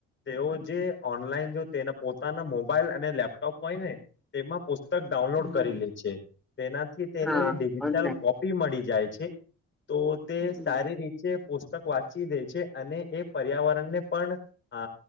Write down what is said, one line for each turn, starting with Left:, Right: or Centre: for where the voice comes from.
Left: તેઓ જે ઓનલાઈન જો તેના પોતાના મોબાઈલ અને લેપટોપ હોય ને તેમાં પુ પુસ્તક ડાઉનલોડ
Centre: હમ્મ.
Left: કરી લે છે તેનાથી તેને
Centre: હા
Left: ડિજિટલ
Centre: ઓનલાઈન
Left: કોપી મળી જાય. છે. તો તે
Centre: હમ્મ.
Left: સારી રીતે પુ સતક વાતચી દે છે. અને એ પર્યાવરણને પણ અ